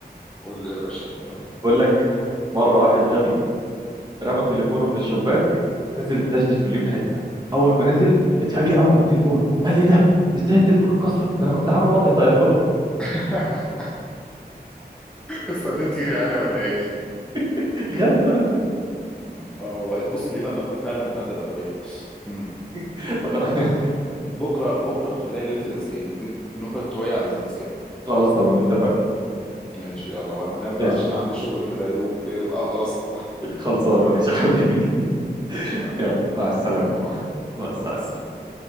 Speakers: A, in the centre; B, on the right.
A: قول لي يا باشا في النقطة
B: بقول لك مره واحد غبي رمى
A: مم.
B: تليفونه من الشباك نزل الدشدش مليون حته اول ما نزل اتفاجئ قوي من التليفون قال ايه ده ازاي التليفون اتكسر ده انا كنت عامل وضع طيارة
A: <laughs> استنيت تطير يعني ولا ايه؟
B: <laughs> غبي بقى
A: اه والله بص الليلة النهاردة فعلا بتاعت الأغبياء مم.
B: <laughs> غ-
A: احنا بكرة بكرة نخليها ليلة الأذكياء نجيب نكت شوية عن الأذكياء
B: خلاص تمام اتفقنا
A: مم. ماشي يلا بقى انا هنام بقى
B: ماشي
A: عشان عندي شغل كده يا دوب يا دوب اقدر اصحى
B: خلصانه ماشي يا حبيبي <laughs>
A: ماشي يا حبيبي
B: يلا مع السلامه
A: باي باي باي
B: مع السلامه
A: باي مع السلامة